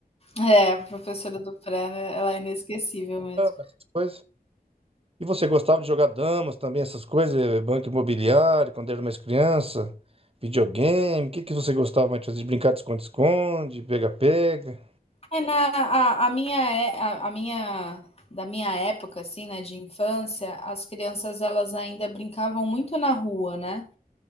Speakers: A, on the left (about 40°); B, on the right (about 40°).
A: É, a professora do pré, né, ela é inesquecível mesmo.
B: Essas coisas. E você gostava de jogar damas também, essas coisas, eh, banco imobiliário, quando era mais criança, videogame, o que que você gostava mais de fazer? De brincar de esconde-esconde, pega-pega?
A: É, na, a, a minha, é- a, a minha, da minha época, assim, né, de infância, as crianças, elas ainda brincavam muito na rua, né?